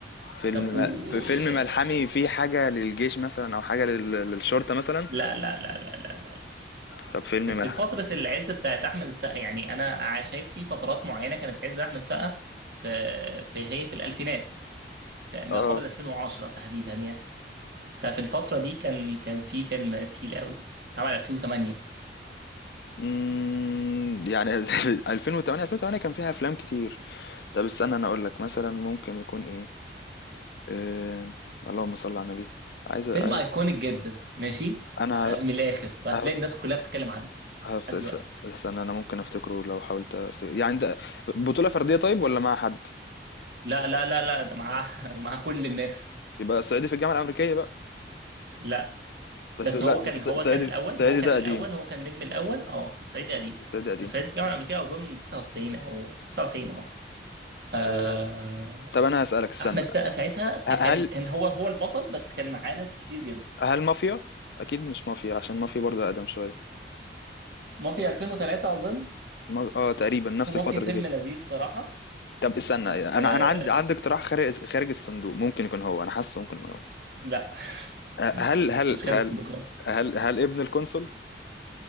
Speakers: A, on the left; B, on the right.
A: فيلم
B: طب و...
A: م... في فيلم
B: آه،
A: ملحمي فيه حاجه للجيش مثلا او حاجه لل... للشرطه مثلا
B: لا لا لا لا لا لا لا.
A: طب فيلم
B: في في
A: ملحمي
B: فتره العز بتاعت احمد السقا يعني انا شايف في فترات معينه كانت عز احمد السقا في في هي في الالفينات ما
A: اه
B: قبل 2010 تحديدا يعني ففي الفترة دي كان كان في فيلم تقيل قوي اتعمل 2008
A: أمم، يعني <laughs> 2008 2008 كان فيها افلام كتير طب استنى انا اقول لك مثلا ممكن يكون ايه إيه... اللهم صل على النبي عايز عايز
B: فيلم ايكونيك جدا ماشي
A: انا
B: آه، من الاخر وهتلاقي
A: ه-
B: الناس كلها بتتكلم عنه
A: هفت...
B: لحد
A: است-
B: دلوقتي
A: استنى انا ممكن افتكره لو حاولت افتكر يعني ده بطولة فردية طيب ولا مع حد
B: لا لا لا لا ده معاه <laughs> معاه كل الناس
A: يبقى صعيدي في الجامعة الأمريكية بقى
B: لا
A: بس
B: بس
A: لا
B: هو كان
A: ص- ص-
B: هو
A: صعيدي
B: كان الاول
A: صعيدي
B: هو كان
A: ده
B: الاول
A: قديم
B: هو كان النجم الاول اه صعيدي قديم
A: صعيدي قديم
B: صعيدي في الجامعة الأمريكية أظن 99 أو 99 اه آه،
A: إيه... طب انا هسألك استنى
B: أحمد السقا ساعتها ك-
A: ه-
B: كان
A: هل
B: كان هو هو البطل بس كان معاه ناس كتير جدا
A: هل مافيا اكيد مش مافيا عشان مافيا برضه اقدم شوية
B: مافيا 2003 أظن
A: ما- اه تقريبا نفس
B: ومافيا
A: الفترة
B: فيلم
A: دي كده
B: لذيذ صراحة
A: طب استنى
B: بس
A: انا
B: آه،
A: انا عندي عندي اقتراح خارج خارج الصندوق ممكن يكون هو انا حاسه ممكن يكون هو
B: لا <laughs>
A: أه، هل هل
B: هو مش خالد
A: هل
B: صديق خالص
A: هل هل ابن القنصل